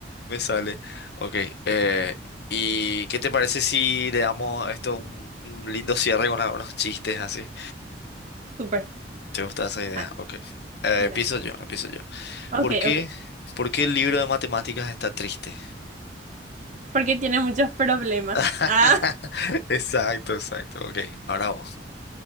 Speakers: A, on the left; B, on the right.
A: me sale. Ok. eh, ¿y qué te parece si le damos a esto un, un lindo cierre con algunos chistes así?
B: Súper.
A: ¿Te gusta esa idea?
B: Ja,
A: Ok. Eh,
B: no.
A: empiezo yo, empiezo yo.
B: Ok,
A: ¿Por qué,
B: ok.
A: por qué el libro de matemáticas está triste?
B: Porque tiene muchos problemas.
A: <laughs>
B: <laughs> Ah,
A: Exacto, exacto. Ok, ahora vos.